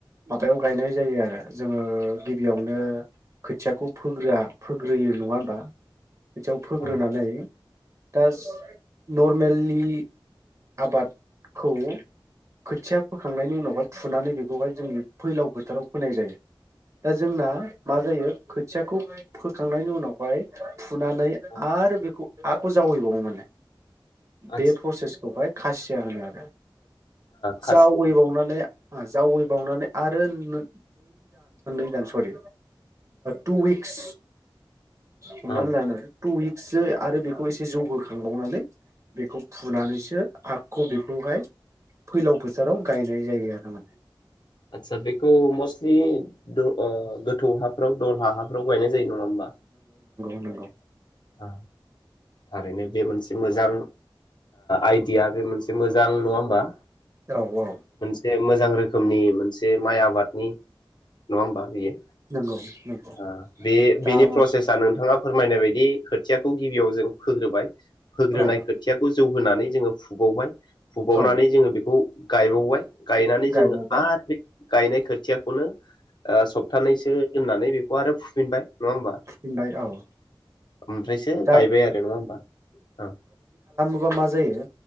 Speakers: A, on the right (about 40°); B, on the left (about 60°).
A: माबायाव गायनाय जायो आरो। जोङो गिबियावनो खोथियाखौ फोग्रोआ फोग्रोयो नङा होमबा बिदियाव फोग्रोनानै
B: औ
A: दा नरमेलि आबादखौ खोथिया फोखांनायनि उनावहाय फुनानै बेखौहाय जोंनि फैलाव फोथाराव फोनाय जायो दा जोंना मा जायो खोथियाखौ फोखांनायनि उनावहाय फु फुनानै
B: औ
A: आरो बेखौ हाखौ जावैबावो माने
B: आदसा
A: बे प्रसेसखौहाय खासिया होनो आरो दा
B: खासिया
A: जावैबावनानै जावैबावनानै आरो नो नै <unintelligible> सरि टु उइक्स हमनानानै
B: औ
A: ला नों टु उइक्सो आरो बेखौ एसे जौबो खांबावनानै बेखौ फुनानैसो आखु बि बेखौहाय फैलाव फोथाराव गायनाय जायो। <unintelligible>
B: आतसा बेखौ मस्टलि दो ओ गोथौ हाफ्राव दलहा हाफ्राव गायनाय जायो नङा होमबा
A: नोंगौ
B: ओ थारैनो बे मोनसे मोजां आइदिया बे मोनसे एसे मोजां नङा होमबा?
A: औ औ
B: जे मोजां रोखोमनि मोनसे माइ आबादनि नङा होमबा बेयो
A: नंगौ नंगौ
B: ओ बे
A: दा
B: बेनि
A: मा
B: प्रसेसा नोंथाङा फोरमायनाय बायदि खोथियाखौ गिबियाव जों फोग्रोबाय फोग्रोनाय
A: औ
B: खोथियाखौ जौ होनानै जोङो फुबावबाय फुबावनानै
A: औ
B: जोङो बेखौ गायबावबाय गायनानै
A: गायबावबाय
B: जोङो आरो बे गायनाय खोथियाखौनो ओ सप्तानैसो दोननानै खौ आरो फुफिनबाय नङा होमबा
A: फुफिनबाय औ
B: ओमफ्रायसो
A: दा
B: गायबाय आरो नङा होमबा औ
A: बा मा जायो